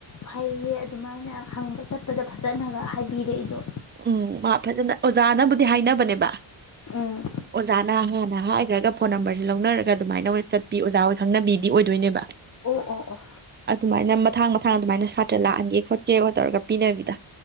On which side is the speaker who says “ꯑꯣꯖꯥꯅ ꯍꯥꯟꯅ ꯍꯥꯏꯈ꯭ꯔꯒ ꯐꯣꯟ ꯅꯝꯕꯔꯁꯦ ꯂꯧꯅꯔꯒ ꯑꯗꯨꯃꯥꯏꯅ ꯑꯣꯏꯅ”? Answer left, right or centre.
Right